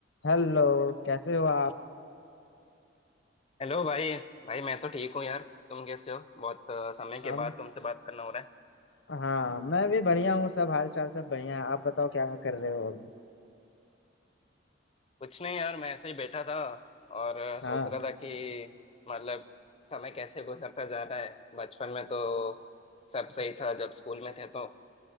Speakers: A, on the left; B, on the left.
A: Hello कैसे हो आप
B: Hello भाई भाई मैं तो ठीक हूँ यार तुम कैसे हो बहुत अ, समय के
A: हम
B: बाद तुमसे बात करना हो रहा है
A: हाँ मैं भी बढ़िया हूँ सब हाल चाल सब बढ़िया है आप बताओ क्या कर रहे हो अभी
B: कुछ नहीं यार मैं ऐसे ही बैठा था और अ, सोच
A: हाँ
B: रहा था कि मतलब समय कैसे गुजरता जा रहा है बचपन में तो सब सही था जब स्कूल में थे तो